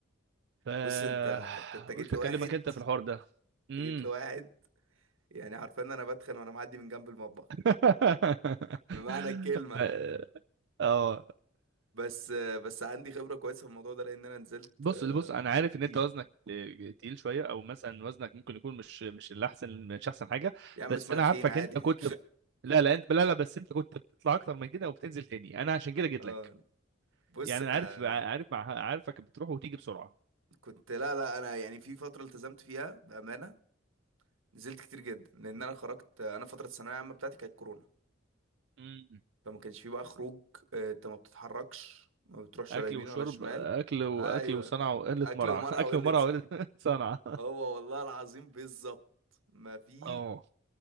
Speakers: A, on the right; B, on the right.
A: ف <sighs>
B: بص انت انت أنت جيت
A: قلت
B: لواحد
A: اكلمك انت في الحوار ده
B: انت
A: امم
B: جيت لواحد يعني عارفين إن انا بتخن وانا معدي من جنب المطبخ
A: <laughs>
B: بمعنى الكلمه
A: ف... اه
B: بس بس عندي خبره كويسه في الموضوع ده لان انا نزلت
A: بص
B: آه،
A: بص انا عارف
B: كتير
A: ان انت وزنك آه، تقيل شويه او مثلا وزنك ممكن يكون مش مش الاحسن مش احسن حاجه
B: يا عم
A: بس
B: اسمها
A: انا
B: تخين
A: عارفك
B: عادي
A: انت كنت ب- لا لا انت لا لا بس انت كنت بتطلع اكتر من كده وبتنزل تاني انا عشان كده جيت
B: <laughs> اه
A: لك
B: بص
A: يعني انا
B: انا
A: عارف عارف مع- عارفك بتروح وتيجي بسرعه
B: كنت لا لا انا يعني في فتره التزمت فيها بامانه نزلت كتير جدا لان انا خرجت انا فتره الثانويه العامه بتاعتي كانت كورونا
A: مم.
B: فما كانش فيه بقى خروج آه، انت ما بتتحركش ما بتروحش
A: اكل
B: ولا يمين
A: وشرب
B: ولا شمال
A: اكل واكل
B: ايوه
A: وصنعه وقله
B: اكل
A: مرعى
B: ومرعى
A: <laughs> اكل
B: وقلة
A: ومرعى
B: س-
A: وقله <laughs> صنعه
B: هو والله العظيم بالظبط ما في
A: اه